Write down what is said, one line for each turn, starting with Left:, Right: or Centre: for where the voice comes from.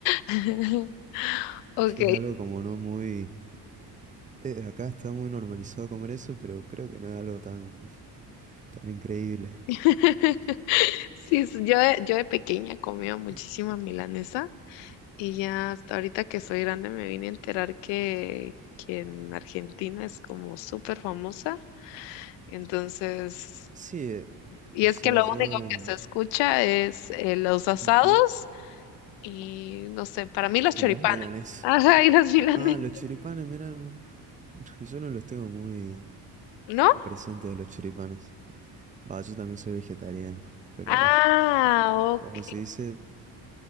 Left: <laughs> Ok.
Right: que es algo como no muy... eh, acá está muy normalizado comer eso, pero creo que no es algo tan, <laughs> tan increíble.
Left: <laughs> Sí, es- yo de, yo de pequeña comía muchísima
Right: <clears throat>
Left: milanesa y ya hasta ahorita que soy grande me vine a enterar que, que en Argentina es como súper famosa. Entonces,
Right: Sí, eh,
Left: y
Right: o
Left: es
Right: sea,
Left: que lo
Right: yo...
Left: único que
Right: mm,
Left: se escucha es eh, los asados
Right: ujú.
Left: y no sé, para mí los
Right: Y
Left: choripanes.
Right: las milanesas.
Left: <laughs> Ajá, y las milanesas,
Right: Ah, los choripanes, mirá, no- <laughs> yo no los tengo muy
Left: ¿no?
Right: presentes de los choripanes. Va, yo también soy vegetariano, pero
Left: Ah,
Right: <laughs>
Left: ok.
Right: como se dice,